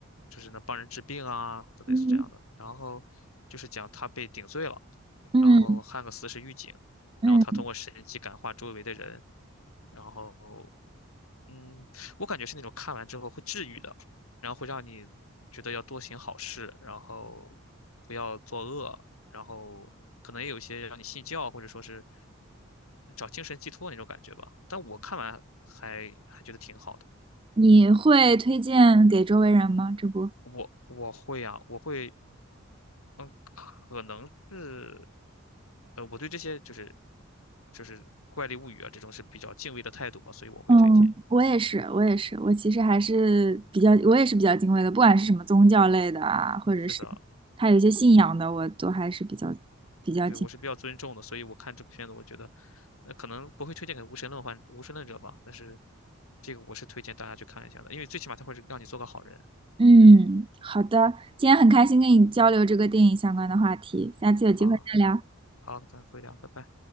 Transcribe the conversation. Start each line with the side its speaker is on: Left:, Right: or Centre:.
Left: 就是能帮人治病啊，或者类似这样的。
Right: 嗯
Left: 然后就是讲他被顶罪了，
Right: 嗯
Left: 然后汉克斯是狱警，
Right: 嗯，
Left: 然后他通过神迹感化周围的人，然后嗯，我感觉是那种看完之后会治愈的，然后会让你觉得要多行好事，然后不要作恶，然后可能也有一些让你信教或者说是找精神寄托那种感觉吧。但我看完还还觉得挺好的。
Right: 你会推荐给周围人吗？这不。
Left: 我我会啊，我会，嗯，可能是，呃，我对这些就是就是怪力物语啊这种是比较敬畏的态度嘛，所以我会推荐。
Right: 嗯我也是，我也是，我其实还是比较，我也是比较敬畏的，不管是什么宗教类的啊，或者是他有一些信仰的，
Left: 是的，
Right: 我都还是比较比较敬畏
Left: 对，我是比较尊重的，所以我看这部片子，我觉得，呃，可能不会推荐给无神论患无神论者吧，但是这个我是推荐大家去看一下的，因为最起码他会让你做个好人。
Right: 嗯，好的，今天很开心跟你交流这个电影相关的话题，下次有机会再聊。
Left: 好，好，咱回聊，拜拜。